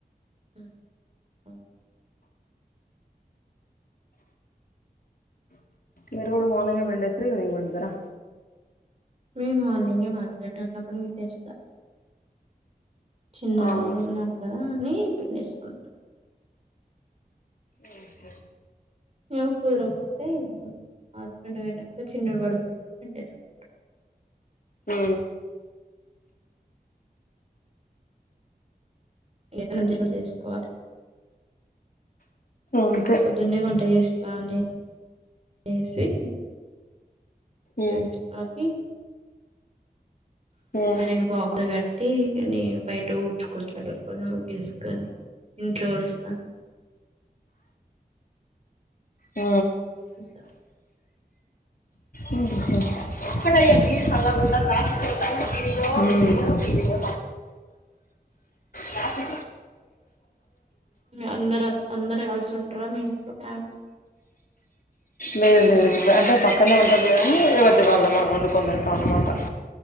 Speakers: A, on the right; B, on the left.
A: ఉ ఉ
B: మీరు కూడా మార్నింగ్ పిండస్తారా ఈవినింగ్ పిండేస్తారు
A: మే మార్నింగే హస్బెండ్ అన్నప్పుడు పిండేస్తా చిన్నాడు
B: అవునా
A: ఉన్నాడు కదా అని పిండేసుకుంటా
B: ఉ హు
A: ఈ గ కుదరపోతే హస్బెండ్ పోయినాక చిన్నోడు పడుకున్నా పిండేసుకుంటా
B: ఉ
A: ఏడైనా జడ చేసుకోవాలి
B: అంతే
A: పొద్దున్నే వంట చేస్తా అనేసి
B: ఉమ్
A: అ బకె
B: ఉమ్
A: అనకి బాగు క అ కాని బయట ఊడ్చుకుని ముగ్గు వేసుకొని ఇంట్లో ఉడుస్తా
B: ఉ
A: వస్తాం
B: ఉ ఒక్కటైనా
A: పని చేసుకుంటా
B: బీరు సల్లగా ఉండదా కంపల్సరీ వీడియో ఊ కంపల్సరీ వీడియో రాత్రి
A: అందరు అందరు కలిసి ఉంటారా మీ ఇంట్లో ఫ్యామిలీ
B: లేదు లేదు అంటే పక్కనే ఉంటా కానీ ఎవరిది వాళ్ళ వండుకొని తింటాం అన్నమాట